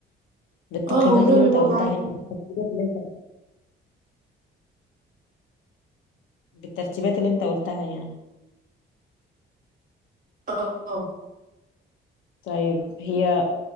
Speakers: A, on the left; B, on the right.
A: بالتقييمات
B: اه هو امبابي
A: اللي انت
B: برضه
A: قلتها
B: عمل
A: يعني بالترتيبات اللي انت بالترتيبات اللي انت قلتها يعني
B: اه
A: طيب هي